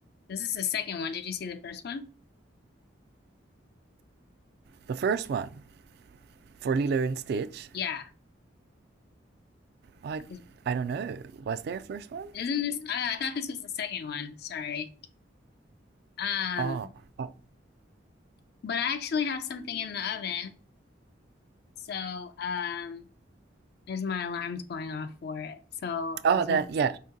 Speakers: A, on the left; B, on the right.
A: This is the second one. Did you see the first one?
B: the first one for Lilo and Stitch,
A: Yeah.
B: I
A: Isn't
B: I don't know, was there a first one?
A: this? I, I thought this was the second one. Sorry. Um,
B: Oh, oh,
A: but I actually have something in the oven, so um, there's my alarms going off for it. So I
B: oh,
A: was,
B: that yeah,